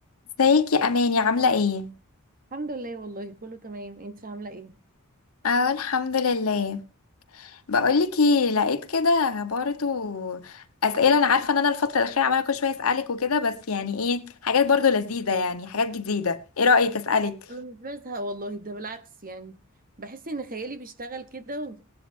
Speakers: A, on the left; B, on the right.
A: ازيك يا اماني عامله ايه
B: الحمد لله والله كله تمام انت عامله ايه
A: اه الحمد لله بقولك ايه لقيت كده برضو اسئله انا عارفه ان انا الفتره الاخيره عماله كل شويه اسالك وكده بس يعني ايه حاجات برضو لذيذه يعني حاجات جديده ايه رايك اسالك
B: انا مش بزهق والله ده بالعكس يعني بحس ان خيالي بيشتغل كده و...